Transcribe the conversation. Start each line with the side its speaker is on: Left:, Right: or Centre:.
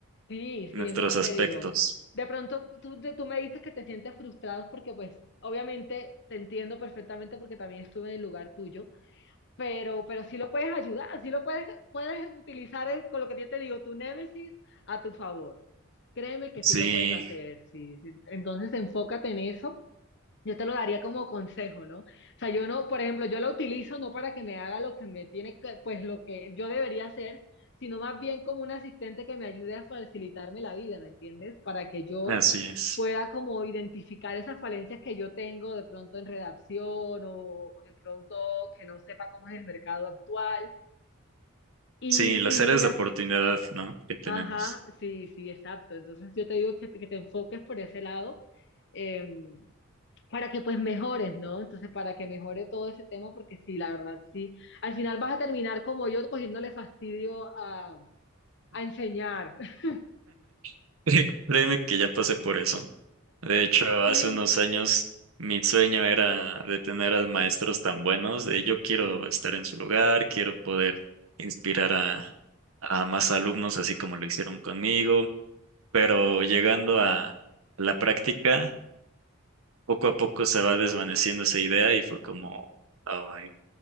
Left: Sí,
Right: nuestros
Left: sí, es lo que
Right: aspectos.
Left: te digo. De pronto tú, te- tú me dices que te sientes frustrado porque pues obviamente te entiendo perfectamente porque también estuve en el lugar tuyo, pero, pero sí lo puedes ayudar, sí lo puedes, puedes utilizar eh, con lo que yo te digo, tu némesis a tu favor. Créeme que
Right: Sí,
Left: sí lo puedes hacer, sí, sí. Entonces enfócate en eso yo te lo daría como consejo, ¿no? O sea, yo no, por ejemplo, yo la utilizo no para que me haga lo que me tiene que, pues lo que yo debería hacer, sino más bien como un asistente que me ayude a facilitarme la vida, ¿me entiendes? Para que yo
Right: así es.
Left: pueda como identificar esas falencias que yo tengo de pronto en redacción o, de pronto que no sepa cómo es el mercado actual. Y,
Right: Sí, las
Left: y mira,
Right: áreas de oportunidad, ¿no? Que tenemos.
Left: ajá, sí, sí, exacto. Entonces yo te digo que, que te enfoques por ese lado. em, para que pues mejores, ¿no? Entonces, para que mejore todo ese tema, porque sí, la verdad, sí. Al final vas a terminar como yo, cogiéndole fastidio a, a enseñar. <laughs>
Right: <laughs> Cre- Créeme que ya pasé por eso. De hecho,
Left: Sí,
Right: hace unos años mi sueño era de tener a maestros tan buenos, de yo quiero estar en su lugar, quiero poder inspirar a, a más alumnos, así como lo hicieron conmigo, pero llegando a la práctica, poco a poco se va desvaneciendo esa idea y fue como, "Ay,